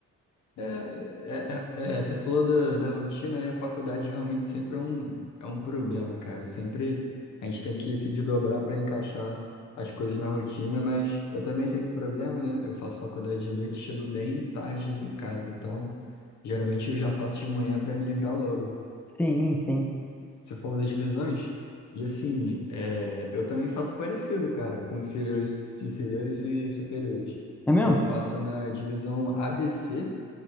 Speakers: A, on the left; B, in the centre.
A: É, é, é, é, você falou da, da rotina, né? A faculdade realmente sempre é um, é um problema, cara. Sempre a gente tem que se desdobrar para encaixar as coisas na rotina, mas eu também tenho esse problema, né? Eu faço faculdade de noite, chego bem tarde em casa, então geralmente eu já faço de manhã para me livrar logo.
B: Sim, sim.
A: Você falou das divisões, e assim, é, eu também faço parecido, cara, com inferiores, inferiores e superiores.
B: É mesmo?
A: Eu faço na divisão ABC.